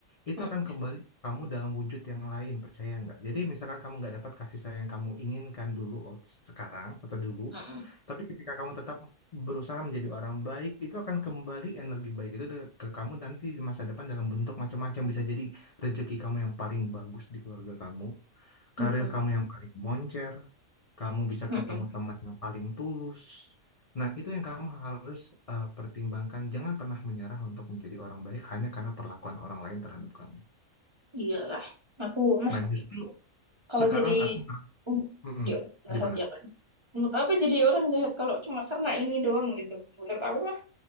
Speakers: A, on the left; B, on the right.
A: itu
B: Mm.
A: akan kembali ke kamu dalam wujud yang lain, percaya nggak? Jadi misalkan kamu nggak dapat kasih sayang yang kamu inginkan dulu wak- sekarang atau dulu,
B: Mm-mm.
A: tapi ketika kamu tetap berusaha menjadi orang baik, itu akan kembali energi baik itu de- ke kamu nanti di masa depan dalam bentuk macam-macam, bisa jadi rezeki kamu yang paling bagus di keluarga kamu, karir
B: Mm-mm.
A: kamu yang paling moncer, kamu bisa
B: Mm-mm.
A: ketemu teman yang paling tulus. Nah, itu yang kamu harus eh, pertimbangkan. Jangan pernah menyerah untuk menjadi orang baik hanya karena perlakuan orang lain terhadap kamu.
B: Iyalah. Aku mah
A: Nah, justru
B: kalau
A: sekarang
B: jadi
A: aku
B: uh,
A: hmm,
B: di universitas
A: gimana?
B: ya kan? Untuk apa jadi orang jahat kalau cuma karena ini doang gitu. Menurut aku mah